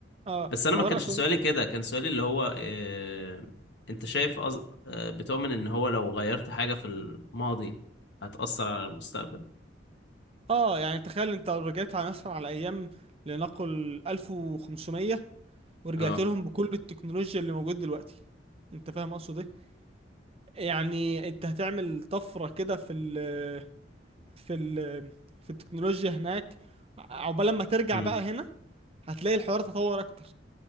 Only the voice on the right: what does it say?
اه
حوار
اكون
اه يعني تخيل انت لو رجعت على مثلا على ايام لنقل 1500 ورجعت
لهم بكل التكنولوجيا اللي موجود دلوقتي انت فاهم اقصد ايه يعني انت هتعمل طفرة كده في ال في ال في التكنولوجيا هناك عقبال لما ترجع
بقى هنا هتلاقي الحوار تطور اكتر